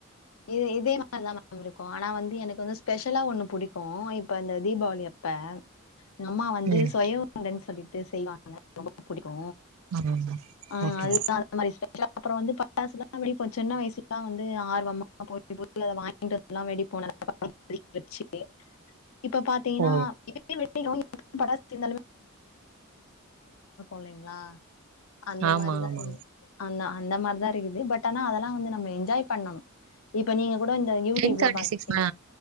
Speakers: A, on the left; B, on the right.
A: இ இதே மாரிதா மேம் இருக்கு ஆனா வந்து எனக்கு வந்து ஸ்பெஷலா ஒன்னு புடிக்கு இப்ப இந்த தீபாவளி அப் இப்ப எங்க அம்மா வந்து
B: ம் ம்
A: சுய உருண்டன் சொல்லிட்டு செய்வாங்க ரொம்ப புடிக்கு
B: ஆமாமா
A: ஆ
B: ஓகே
A: அதுதா அந்த மாரி இ அப்றோ வந்து பட்டாசுலா வெடிப்போ சின்ன வயசுல்லா வந்து ஆர்வமா போய் போய் அத வாங் வாங்கிட்டு வந்துல்லா வெடிப்போ <inaudible> வச்சு இப்ப பாத்தீங்கன்னா
B: ஓ
A: <inaudible> இருக்கு இல்லங்ளா அந்த
B: ஆமா
A: மாரிதா
B: ஆமா
A: இருந்து அந்த அந்த மாரிதா இருக்குது பட் ஆனா அதெலா வந்து நம்ம என்ஜாய் பண்ணனு இப்ப நீங்க கூட இந்த யூடியூப்லா
B: டென் தேர்ட்டி
A: பாப்பீங்க
B: சிக்ஸ் ஆ